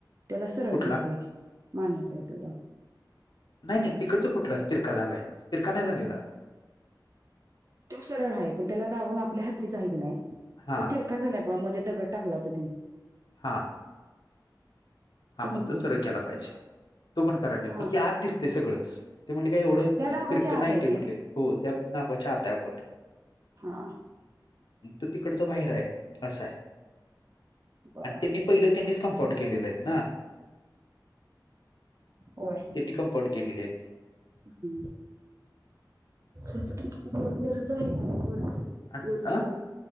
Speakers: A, on the right; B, on the left.
A: त्याला सरळ
B: कुठला
A: केला पाहिजे मानचय तोला
B: नाही नाही तिकडच कुठलं तिरका झालाय तिरका नाही झालेला
A: त सरळ आहे पण त्याला लावून आपल्या हातीच आहे की नाही
B: हा
A: ति झालाय प मध्ये दगड टाकला होतां तिने
B: हां हा
A: ते म्हणतोय
B: मग तो सर्ळ
A: मी.
B: केला पाहिजे तो पण करायला ला
A: हां,
B: पण ते आज दिसते सगळं ते म्हणले काही एवढं
A: त्या डांबाच्या
B: किरक
A: आत
B: नाही
A: आहे
B: ते म्हणले हो त्या नावाच्या आता आपण
A: हा
B: तो तिकडच बाहेर आहे असा आहे
A: बरं.
B: आणि त्यांनी पहिले त्यांनीच कंपाउंड केलेले आहेत ना
A: होय.
B: त्यांनी कमफर्ट केलेले आहेत
A: ह लते
B: आहेत
A: की पण वरच आहे की नाही वरच
B: आणि
A: बरच
B: अ